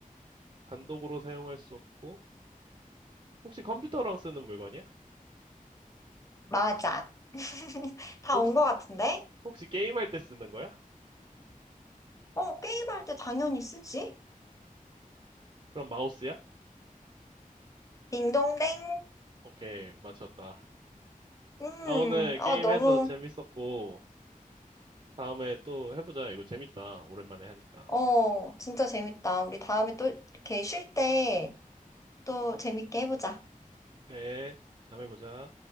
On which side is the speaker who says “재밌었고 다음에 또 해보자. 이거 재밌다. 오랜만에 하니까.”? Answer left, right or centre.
Right